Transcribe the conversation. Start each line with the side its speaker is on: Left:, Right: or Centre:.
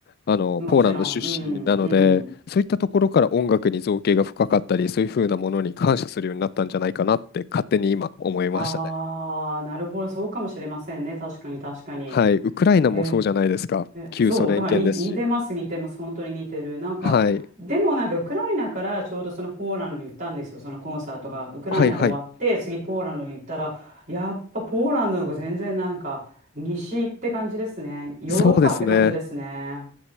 Left: あのポーランド出身なので、
Right: うん。もちろん。うんうん。
Left: そういったところから音楽に造詣が深かったり、そういうふうなものに感謝するようになったんじゃないかなって勝手に今思いましたね。
Right: ああ、なるほど、そうかもしれませんね。確かに確かに。
Left: はい、ウクライナもそうじゃないですか。
Right: へ
Left: 旧ソ連圏ですし。
Right: え、そう、だから似、似てます、似てます、本当に似てる。なんか、
Left: はい、
Right: でもなんか、ウクライナからちょうどそのポーランドに行ったんですよ、そのコンサートが。ウクライナで終わって、
Left: はいはい。
Right: 次ポーランドに行ったら、やっぱポーランドの方が全然なんか、西って感じですね。ヨーロッパって感じですね。
Left: そうですね。